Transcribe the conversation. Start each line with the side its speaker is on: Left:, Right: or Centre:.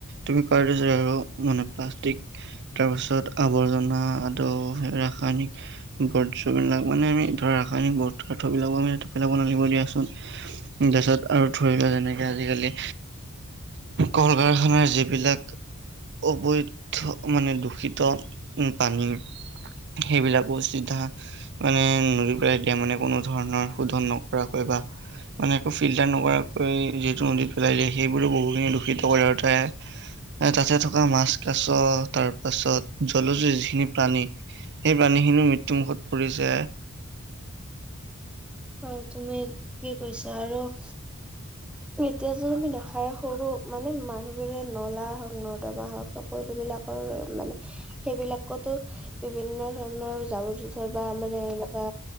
Right: তুমি কৰা আৰু মানে প্লাষ্টিক- তাৰপাছত আৱৰ্জনা আৰু ৰাসায়নিক বৰ্জবিলাক মানে আমি- ৰাসায়নিক <unintelligible> তাৰ পিছত আৰু ধৰিল যেনেকে আজিকালি কল কাৰখানাৰ যিবিলাক- অবৈধ মানে দূষিত উম পানী- সেইবিলাকো চিধা মানে ন- ই এতিয়া মানে কোনো ধৰণৰ শোধন নকৰাকৈ বা- মানে একো ফিল্টাৰ নকৰাকৈ যিহেতু নদীত পেলাই দিয়ে সেইবোৰো বহুখিনি দূষিত কৰে আৰু তাই- এ তাতে থকা মাছ কাছ তাৰ পাছত জলজুৰি যিখিনি প্ৰাণী- সেই পানীখিনিও মৃত্যুমুখত পৰিছে।
Centre: হয় তুমি ঠিকে কৈছা আৰু- এতিয়া যদি আমি নাখায় সৰু মানে মানুহবোৰে নলা হওক নৰ্দমা হওক। সকলো বিলাকৰ মানে- সেইবিলাকতো বিভিন্ন ধৰণৰ জাবৰ জোথৰ বা মানে এনেকোৱা